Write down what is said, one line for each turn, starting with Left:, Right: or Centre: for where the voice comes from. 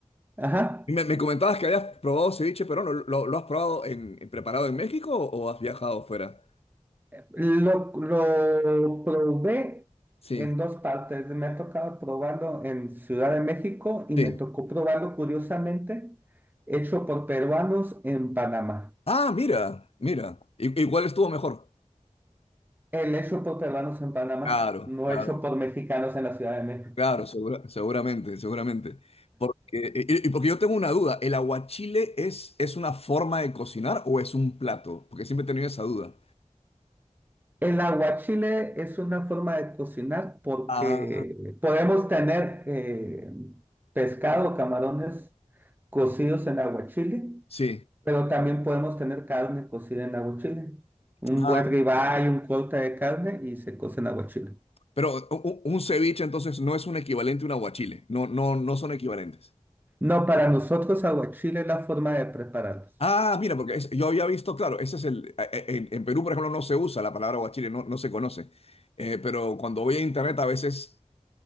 Right: Ajá.
Left: Y Me, me comentabas que habías probado ceviche peruano. ¿Lo, lo has probado en, en- preparado en México o has viajado fuera?
Right: Lo, lo probé
Left: Sí,
Right: en dos partes. Me ha tocado probarlo en Ciudad de México y
Left: sí.
Right: me tocó probarlo curiosamente hecho por peruanos en Panamá.
Left: Ah, mira, mira. ¿Y, y cuál estuvo mejor?
Right: El hecho por peruanos en Panamá,
Left: Claro,
Right: no
Left: claro,
Right: hecho por mexicanos en la Ciudad de México.
Left: claro, segura- seguramente, seguramente. Porque, y, y porque yo tengo una duda, ¿el aguachile es, es una forma de cocinar o es un plato? Porque siempre he tenido esa duda.
Right: El aguachile es una forma de cocinar porque
Left: Ah,
Right: podemos tener eh, pescado, camarones cocidos en aguachile,
Left: sí.
Right: pero también podemos tener carne cocida en aguachile. Un
Left: Ah,
Right: buen ribeye, un corte de carne y se cose en aguachile.
Left: pero u- u- un, ceviche entonces no es un equivalente a un aguachile, no, no, no son equivalentes.
Right: No, para nosotros aguachile es la forma de prepararlos.
Left: Ah, mira, porque es- yo había visto, claro, ese es el, a- e- en, en Perú, por ejemplo, no se usa la palabra guachile, no, no se conoce. Eh, pero cuando voy a internet a veces